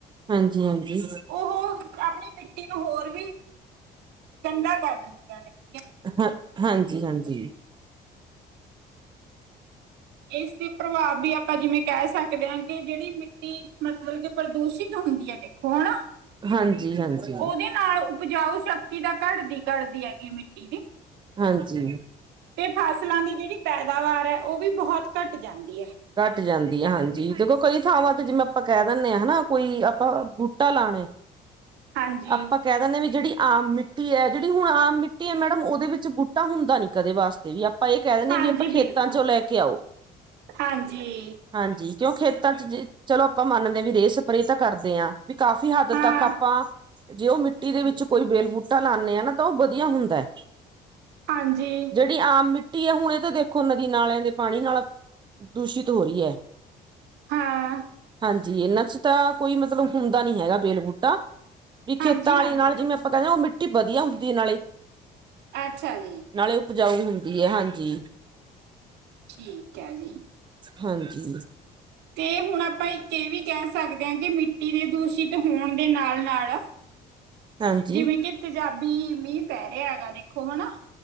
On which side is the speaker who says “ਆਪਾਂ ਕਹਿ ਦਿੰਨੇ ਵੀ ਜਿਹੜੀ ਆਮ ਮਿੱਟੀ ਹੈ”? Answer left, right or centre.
Right